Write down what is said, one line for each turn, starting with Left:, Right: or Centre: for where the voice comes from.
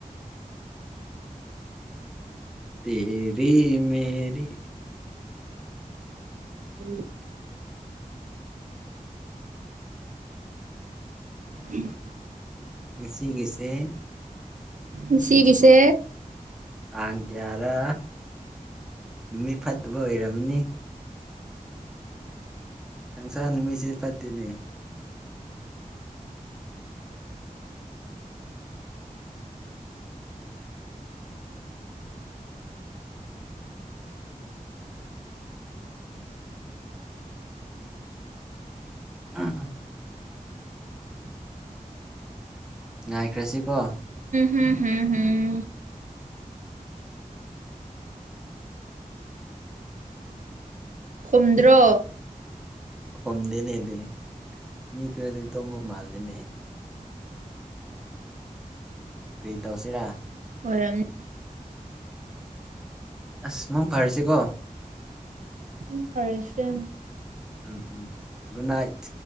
Centre: ꯇꯦꯔꯤ ꯃꯦꯔꯤ
Right: ꯎꯝ ꯎꯝ
Centre: ꯉꯁꯤꯒꯤꯁꯦ
Right: ꯉꯁꯤꯒꯤꯁꯦ
Centre: ꯇꯥꯡ ꯀꯌꯥꯔ ꯅꯨꯃꯤꯠ ꯐꯠꯇꯕ ꯑꯣꯏꯔꯝꯃꯅꯤ ꯁꯟꯁꯥ ꯅꯨꯃꯤꯠꯁꯤ ꯐꯠꯇꯦꯅꯦ ꯑꯥ ꯉꯥꯏꯈ꯭ꯔꯁꯤ ꯀꯣ
Right: ꯍꯝ ꯎꯝ ꯍꯝ ꯈꯨꯝꯗ꯭ꯔꯣ
Centre: ꯈꯨꯝꯗꯦꯅꯦꯗꯤ ꯃꯤ ꯈꯔꯗꯤ ꯇꯨꯝꯕ ꯃꯥꯜꯂꯦꯅꯦ ꯀꯩ ꯇꯧꯁꯤꯔ
Right: ꯑꯣꯏꯔꯝꯅꯤ
Centre: ꯑꯁ ꯃꯪ ꯐꯔꯁꯤꯀꯣ
Right: ꯎꯝ ꯐꯔꯁꯦ
Centre: ꯎꯝ ꯎꯝ ꯒꯨꯗ ꯅꯥꯏꯠ